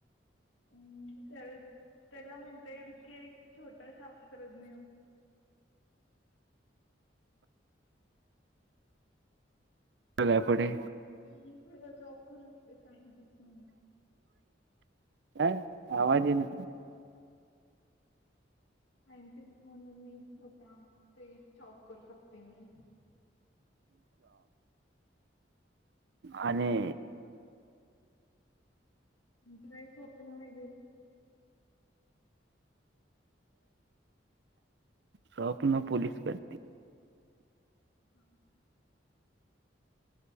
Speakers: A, on the left (about 85°); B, on the right (about 65°).
A: हम् त्या त्याला म्हणता येईल की एक छोटा शास्त्रज्ञ
B: चल्या पुुढे
A: म प सॉप करते सायंटिस्ट
B: काय आवाज ये ना
A: सायंटिस्ट म्हणून मी होता ते जॉब करू शकते मी
B: आणि
A: हम्म. तुमचं काही स्वप्न वगैरे
B: स्वप्न पोलीस ब
A: हम् हम